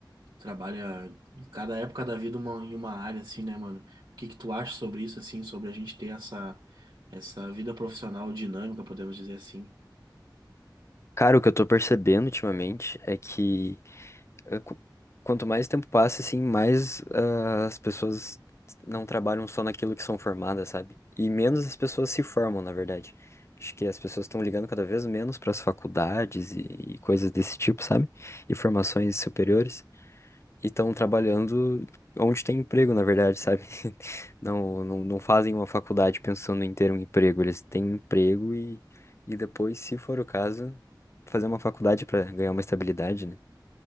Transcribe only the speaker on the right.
trabalha em cada época da vida uma, em uma área, assim, né, mano? O que que tu acha sobre isso, assim, sobre a gente ter essa, essa vida profissional dinâmica, podemos dizer assim?